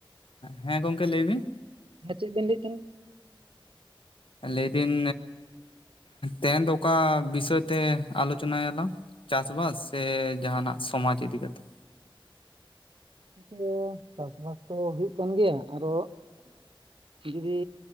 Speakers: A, on the left; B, on the right.
A: ᱦᱮᱸ ᱜᱚᱝᱠᱮ ᱞᱟᱹᱭ ᱵᱤᱱ?
B: ᱦᱮᱸ ᱪᱮᱫ ᱵᱮᱱ ᱞᱟᱹᱭᱮᱫ ᱛᱟᱦᱮᱸᱱᱟ?
A: ᱞᱟᱹᱭᱫᱤᱱ ᱛᱮᱦᱮᱱ ᱫᱚ ᱚᱠᱟ ᱵᱤᱥᱚᱭ ᱛᱮ ᱟᱞᱳᱪᱚᱱᱟ ᱭᱟᱞᱟᱝ? ᱪᱟᱥᱵᱟᱥ ᱥᱮ ᱡᱟᱦᱟᱱᱟᱜ ᱥᱚᱢᱟᱡᱽ ᱤᱫᱤ ᱠᱟᱛᱮᱜ?
B: ᱱᱚᱛᱮ ᱪᱟᱥᱵᱟᱥ ᱫᱚ ᱦᱩᱭᱩᱜ ᱠᱟᱱ ᱜᱮᱭᱟ, ᱟᱨᱚ ᱡᱩᱫᱤ